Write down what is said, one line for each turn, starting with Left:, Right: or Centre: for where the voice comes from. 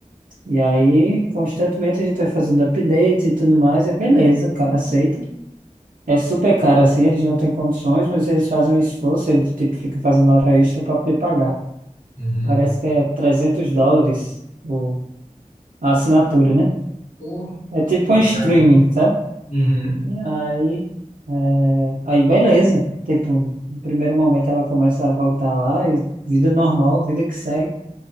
Right: E aí, constantemente, a gente vai fazendo updates e tudo mais, é beleza, o cara aceita. É super caro assim, eles não têm condições, mas eles fazem um esforço, eles tipo, ficam fazendo hora extra para poder pagar.
Left: Uhum.
Right: Parece que é 300 dólares o, a assinatura, né?
Left: Pô,
Right: É tipo
Left: facada.
Right: um streaming, tá?
Left: Uhum.
Right: E aí, é, aí beleza. Tipo, no primeiro momento ela começa a voltar lá e vida normal, vida que segue.